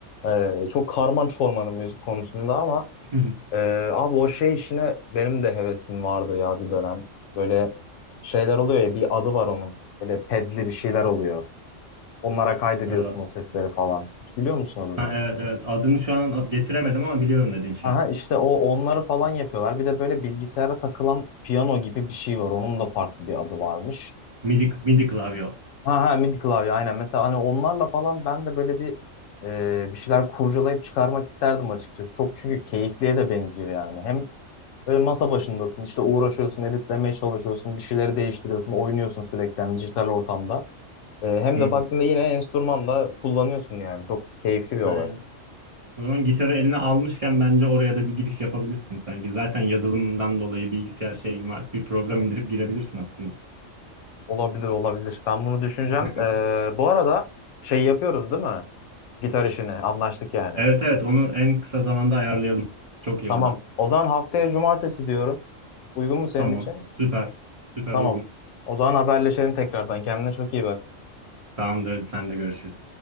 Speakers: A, on the left; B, on the right.
A: e, çok karman çormanın müzik konusunda ama
B: <laughs>
A: Ee, abi o şey işine benim de hevesim vardı ya bir dönem. Böyle şeyler oluyor ya bir adı var onun. Böyle pedli bir şeyler oluyor. Onlara kaydediyorsun
B: Ee,
A: o sesleri falan. Hiç biliyor musun adını
B: ha,
A: onun?
B: evet evet. Adını şu an getiremedim ama biliyorum dediğin şey.
A: Aha işte o onları falan yapıyorlar. Bir de böyle bilgisayara takılan piyano gibi bir şey var. Onun da farklı bir adı varmış.
B: MIDI, MIDI klavye.
A: Ha ha MIDI klavye aynen. Mesela hani onlarla falan ben de böyle bir e, bir şeyler kurcalayıp çıkarmak isterdim açıkçası. Çok çünkü keyifliye de benziyor yani. Hem Böyle masa başındasın, işte uğraşıyorsun, editlemeye çalışıyorsun, bir şeyleri değiştiriyorsun, oynuyorsun sürekli yani dijital ortamda. Ee, hem
B: Hı
A: de
B: hı.
A: baktığında yine enstrüman da kullanıyorsun yani. Çok keyifli bir olay.
B: Aynen. O zaman gitarı eline almışken bence oraya da bir giriş yapabilirsin sanki. Zaten yazılımdan dolayı bilgisayar şeyin var. Bir program indirip girebilirsin aslında.
A: Olabilir, olabilir. Ben bunu düşüneceğim.
B: <laughs>
A: Ee, bu arada şey yapıyoruz değil mi? Gitar işini anlaştık yani.
B: Evet evet onu en kısa zamanda ayarlayalım. Çok iyi
A: Tamam.
B: olur.
A: O zaman haftaya cumartesi diyorum. Uygun mu senin
B: Tamam.
A: için?
B: Süper. Süper
A: Tamam.
B: uygun.
A: O zaman haberleşelim tekrardan. Kendine çok iyi bak.
B: Tamamdır. Hadi Sen de görüşürüz.